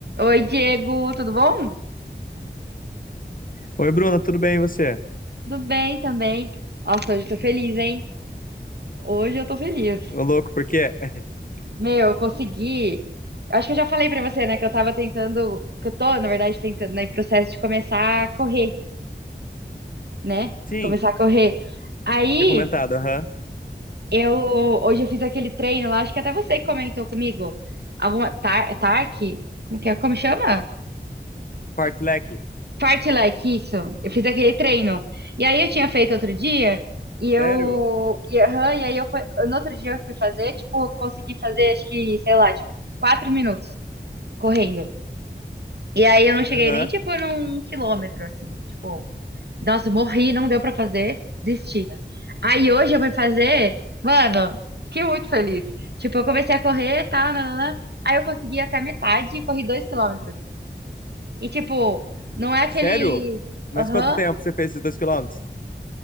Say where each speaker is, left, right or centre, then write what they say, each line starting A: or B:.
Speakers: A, on the right; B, on the left.
A: Oi, Diego, tudo bom?
B: Oi, Bruna, tudo bem e você?
A: Tudo bem também. Nossa, hoje eu tô feliz, hein? Hoje eu tô feliz.
B: Ô, louco, por quê? <laughs>
A: Meu, eu consegui. Eu acho que eu já falei pra você, né, que eu tava tentando, que eu tô, na verdade, tentando, né, em processo de começar a correr, né?
B: Sim,
A: De começar a correr. Aí,
B: tinha comentado, aham.
A: eu hoje eu fiz aquele treino lá, acho que até você que comentou comigo. Alguma tar, TARC, como que é? Como chama?
B: Fartlek.
A: parte like isso. Eu fiz aquele treino. E aí eu tinha feito outro dia, e eu.
B: Sério?
A: E, aham, e aí eu, fui- no outro dia eu fui fazer, tipo, eu consegui fazer, acho que, sei lá, tipo, quatro minutos correndo. E aí eu não cheguei
B: Aham.
A: nem, tipo, num quilômetro, assim, tipo, nossa, morri, não deu pra fazer, desisti. Aí hoje eu fui fazer, mano, fiquei muito feliz. Tipo, eu comecei a correr e tal, nananã. Aí eu consegui até metade e corri dois quilômetros. E, tipo, não é aquele.
B: Sério? Mas
A: Aham,
B: quanto tempo você fez esses dois quilômetros?